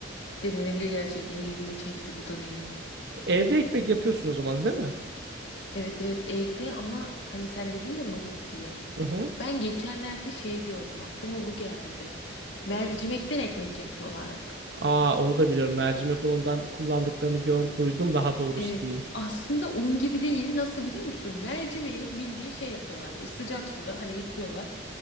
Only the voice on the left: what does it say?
Denenebilir gerçekten. İlgimi çekti bu da benim.
Evet evet evde ama hani sen dedin ya nohut diye.
Ben geçenlerde şey gördüm. Aklıma bu geldi. Mercimekten ekmek yapıyorlardı.
Evet,
aslında un gibi değil. Nasıl biliyor musun? Mercimeği bildiğin şey yapıyorlar. Böyle sıcak suda hani yıkıyorlar.